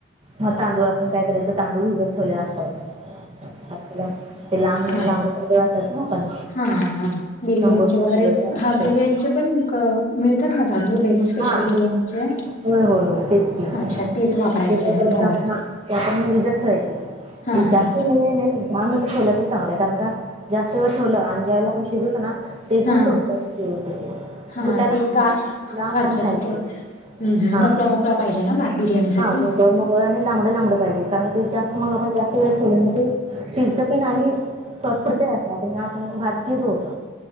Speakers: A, on the right; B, on the left.
A: मग तांदूळ आपण काय करायचं तांदूळ भिजत ठेवलेला असत. अला ते लांब
B: हा.
A: लांबड चालेवासत ना आपण
B: हा हा बिर्याणीचे
A: शंभर रुपये
B: वगैरे
A: किलोचे असतात
B: हा
A: ते.
B: बिर्याणीचे पण मिळतात ना तांदूळ वेगळे. स्पेशल
A: हा
B: बिर्याणीचे
A: होय होय होय तेच की
B: अच्छा तेच वापरायचे
A: ते काय करायचं
B: बरं
A: आपण हा. त्या आपण रजत ठेवायची
B: हा हा.
A: जास्त मज नाही दहा मीटर ठेवलं तरी चांगलं आहे कारण का? जास्त वेळ ठेवलं आणि ज्या वेला आपण शिजूतो ना ते एकदम
B: हा
A: तुटत व्यवस्थिती
B: हा
A: तुटायला
B: ते
A: नाही
B: गा
A: पाहिजे. लांब लांब
B: अच्छा
A: राहायला
B: अच्छा ते
A: पाहिजे
B: ह्
A: हा.
B: मोकळा मोकळा पाहिजे ना मात बिर्याणी
A: हां,
B: साठी
A: मोकळं आणि लांबडं लांबडं पाहिजे कारण ते जास्त मग आपण जास्त वेळ ठेवले ना ते शिजत पिण आणि पुडत असं आपण भात गिर होत.